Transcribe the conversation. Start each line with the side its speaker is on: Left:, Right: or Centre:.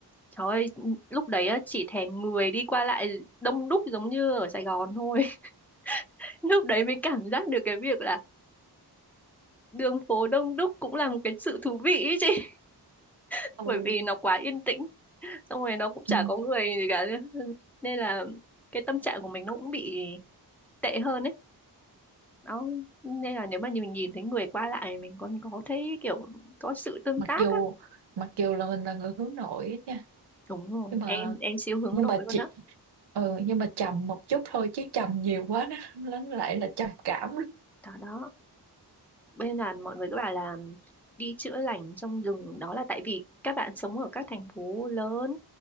Centre: Trời ơi, lúc đấy á, chỉ thèm người đi qua lại đông đúc giống như ở Sài Gòn thôi. <laughs> Lúc đấy mình cảm giác được cái việc là đường phố đông đúc cũng là một cái sự thú vị ý chị. <laughs>
Right: ừ.
Centre: Bởi vì nó quá yên tĩnh, xong rồi nó cũng chả
Right: Ừ.
Centre: có người gì cả. <laughs> Nên là cái tâm trạng của mình nó cũng bị tệ hơn ấy. Đó. Nên là nếu mà mình nhìn thấy người qua lại mình còn có thấy kiểu có sự tương
Right: mặc
Centre: tác
Right: dù
Centre: á.
Right: mặc dù là mình là người hướng nội á nha
Centre: Đúng rồi,
Right: nhưng mà
Centre: em em siêu hướng
Right: nhưng
Centre: nội
Right: mà
Centre: luôn
Right: chị
Centre: á.
Right: ừ, nhưng mà trầm một chút thôi chứ trầm nhiều quá nó nó lại là trầm cảm luôn
Centre: Đó đó. Bên là mọi người cứ bảo là đi chữa lành trong rừng đó là tại vì các bạn sống ở các thành phố lớn